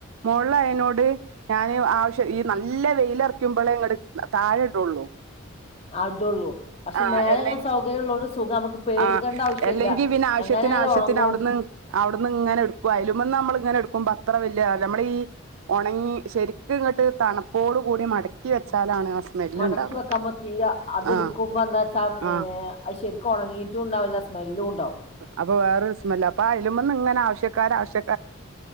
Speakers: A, on the right; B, on the left.
A: മോള് ആയനോട് ഞാന് ആവശ്യം ഈ നല്ല വെയില എറക്കുമ്പോളെ താഴെ ഇടുള്ളൂ
B: അടുള്ളൂ പക്ഷെ
A: ആഹ്
B: മേലെ
A: അല്ല
B: ഇങ്ങനെ സൗകര്യം ഉള്ളോണ്ട് സുഖം നമുക്ക് പേടിക്കേണ്ട
A: ആഹ്
B: ആവശ്യല്ല
A: അല്ലെങ്കി പിന്നെ ആഹ് വശ്യത്തിന്
B: എങ്ങനായാലും
A: ആവശ്യത്തിന്
B: ഉണങ്ങും
A: അവിടുന്ന് അവിടുന്ന് ഇങ്ങനെ എടുക്കും അയലുമന്ന് നമ്മള ഇങ്ങനെ എടുക്കുമ്പോ അത്ര വല്യ നമ്മള ഈ ഉണങ്ങി ശരിക്കും ഇങ്ങോട്ട് തണുപ്പോടു കൂടി മടക്കി വെച്ചാലാണ് സ്മെല്ല്
B: മടക്കി
A: ഉണ്ടാവുക
B: വക്കുമ്പം തീരെ അത്
A: ആഹ്
B: എടക്കുമ്പന്താ ച
A: ആഹ്
B: ഏ അത് ശരിക്കും ഉണങ്ങീട്ടും ഉണ്ടാവില്ല സ്മെല്ലും ഉണ്ടാവും.
A: അപ്പ വേറെരു സ്മല്ല അയലുമന്ന് ഇങ്ങനെ ആവശ്വക്കർ ആശ്യ